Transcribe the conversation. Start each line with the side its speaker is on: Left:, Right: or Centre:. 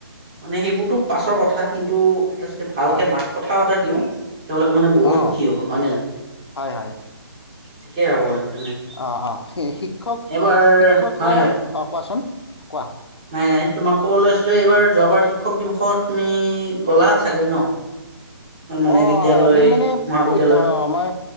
Right: মানে সেইবোৰতো পাছৰ কথা কিন্তু টো এটা যদি ভালকে
Left: অঁ
Right: মাত কথা টা দিওঁ তেওঁলোকে মানে বহুত
Left: অঁ
Right: সুখী হ'ব হয় ন জানো,
Left: হয় হয়
Right: ঠিকেই হ'ব সেইকাৰণে
Left: অঁ অঁ শিক্ষক,
Right: এইবাৰ
Left: শিক্ষকৰ
Right: হয় হয়
Left: অ কোৱাচোন। কোৱা?
Right: নাই নাই তোমাক ক'ব লৈছিলো এইবাৰ যোৱাবাৰ শিক্ষক দিৱসত তুমি গ'লা চাগৈ ন? মানে
Left: অ
Right: বিদ্যালয়
Left: হয় আমি মানে,
Right: মহাবিদ্যালয়লৈ
Left: অ আমাৰ